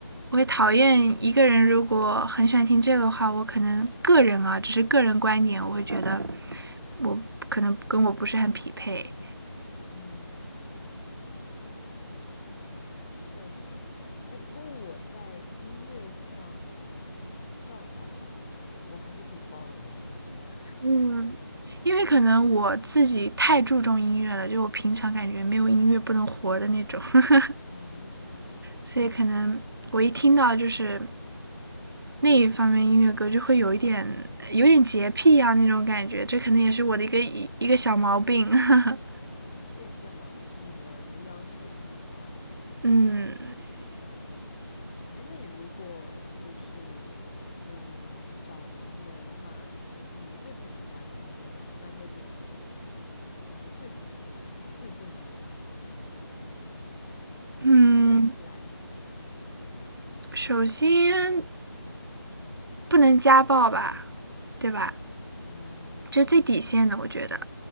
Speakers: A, on the right; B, on the left.
A: 我会讨厌一个人如果很喜欢听这个的话，我可能个人啊，只是个人观点，我会觉得我可能跟我不是很匹配，
B: 嗯。确实，哎，不过我在音乐上倒还好，我还是挺包容的，我发现。<laughs>
A: 嗯因为可能我自己太注重音乐了，就我平常感觉没有音乐不能活的那种。<laughs>
B: 哦，
A: 所以可能我一听到就是那一方面音乐歌，就会有一点有点洁癖啊那种感觉，这可能也是我的一个一个小毛病。<laughs>
B: 啊，这也不算毛病，这是你的一个要求偏好而已。
A: 嗯
B: 哎，那你如果就是嗯找男朋友的话，你最不喜欢他的三个点会是什么呢？就是最不喜欢，就是最不能有
A: 嗯，
B: red flag。
A: 首先不能家暴吧，对吧？
B: 嗯，
A: 这是最底线的，我觉得。